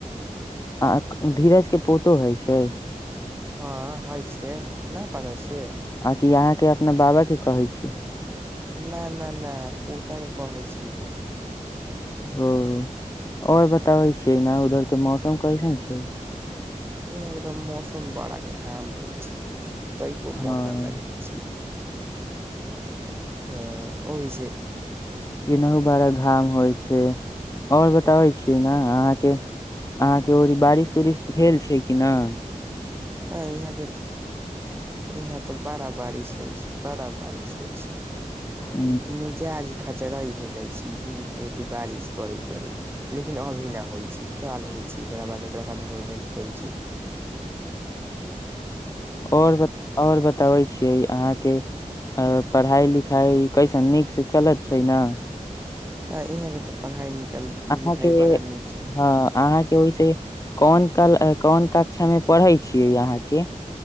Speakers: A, on the left; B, on the right.
A: आक धीरज के पोतो हय छै।
B: हाँ हय छै ना पता छै।
A: आकि अहाँके अपना बाबा के कहै छी।
B: न न न पो के कहै छी।
A: ओ आओर बताबै छियैना उधरके मौसम कैसन छै।
B: ई एगदम मौसम बड़ा घाम होय छी। तैको
A: ह
B: मन ना लागे छी। हां ओहि से।
A: ईनहु बड़ा घाम होय छै और बताबै छी ना अहाँ के, अहाँ के ओड़ी बारिश-उरिश भेल छै कि ना।
B: हाँ इहाँ पे तो, इहाँ तो बड़ा बारिश होय छै, बड़ा बारिश होय छै।
A: ह
B: उ मिजाज खचराइ हो जाय छी, उम्म एते बारिश करै-करै। लेकिन अभी ना होय छिक। काल होय छी, ओकरा बाद, ओकरा बाद होबे ना करै छी।
A: और ब और ब ताबै छीये अहाँ के अ पढ़ाई-लिखाई कैसन नीक से चलत छै ना।
B: हाँ इहाँ के ते पढ़ाई नीक
A: अहाँ
B: लिखाई
A: के
B: बड़ा चलै छै।
A: हाँ अहाँ के ओय से कोन कल, अ कोन कक्षा मे पढ़ै छियै अहाँ के।